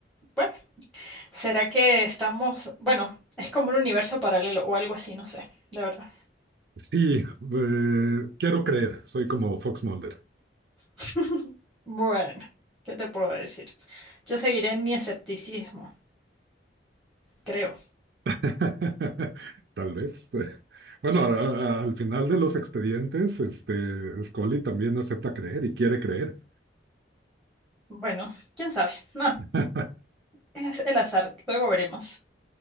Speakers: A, in the centre; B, on the right (about 60°).
A: Bueno, ¿será que estamos, bueno, es como un universo paralelo o algo así, no sé, de verdad.
B: Sí, eh, quiero creer, soy como Fox Mulder.
A: <laughs> Bueno, ¿qué te puedo decir? Yo seguiré en mi escepticismo, creo.
B: <laughs> Tal vez. Bueno,
A: Sí,
B: a-
A: sí.
B: a- al final de los expedientes, este, Scully también acepta creer y quiere creer.
A: Bueno, quién sabe. No,
B: <laughs>
A: es el azar. Luego veremos.